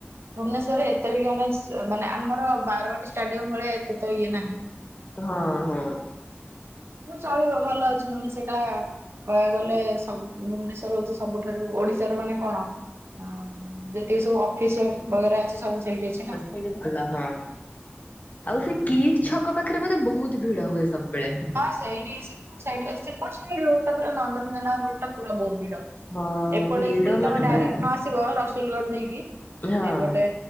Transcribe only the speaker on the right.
ଭୁବନେଶ୍ୱରରେ ଏତେ ବି ମାନେ ଏସ୍ ମାନେ ଆମର ବାରବାଟୀ ଷ୍ଟାଡିୟମ୍ ଭଳିଆ ଏତେ ତ ଇଏ ନାହିଁ।
ହୁଁ, ଚଳିବ ଭଲ ଅଛି। ମାନେ ସେଇଟା-ଆ କହିଆ ଗଲେ ସବୁ ଭୁବନେଶ୍ୱର ହଉ ସେ ସବୁଠାରୁ ଓଡିଶାର ମାନେ କଣ, ଅଁ ଯେତିକି ସବୁ ଅଫିସ ବଗେରା ଅଛି, ସବୁ ସେଇଠି ଅଛି ନା!
ହଁ, ସେଇଠି ସିପୁକ୍ ସାଇଟ୍ ରେ, ସେପଟ୍ ସାଇଡ୍ ରୋଡ଼ ଟା ପୁରା ନନ୍ଦନକାନନ୍ ରୋଡ୍ ଟା ପୁରା ବହୁତ୍ ଭିଡ।
ଏପଟେ
ଯେତିକି
ତମେ ଡାଇରେକ୍ଟ
ନ ଆସିବ, ରସୁଲ୍ ଗଡ ଦେଇକି ସେଇପଟେ